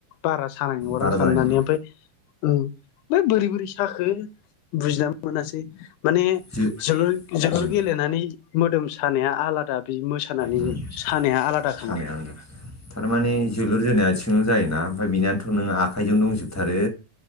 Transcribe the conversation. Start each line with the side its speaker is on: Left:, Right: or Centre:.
Left: बारा सानाय नगादां
Centre: बारा
Left: साननानै
Centre: जानाय नङा
Left: ओमफाय औ बोरै बोरै साखो बुजिनाम मोनासै माने
Centre: जो
Left: जोलुर जोलुर
Centre: उम
Left: गेलेनानै मोदोम सानाया आलादा बे मोसानानै
Centre: उम
Left: सानाया आलादा
Centre: सानाया
Left: खोमा
Centre: आंना थारमाने जोलुर जोनाया आथिंल' जायोना ओमफफ्राय बिनियाथ' नोङो आखाइजों दंजोबथारो